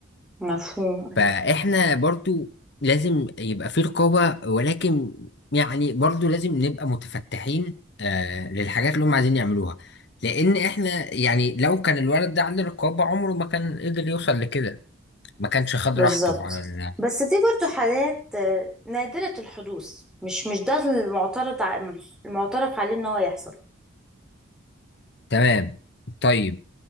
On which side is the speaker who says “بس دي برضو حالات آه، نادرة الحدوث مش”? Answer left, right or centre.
Centre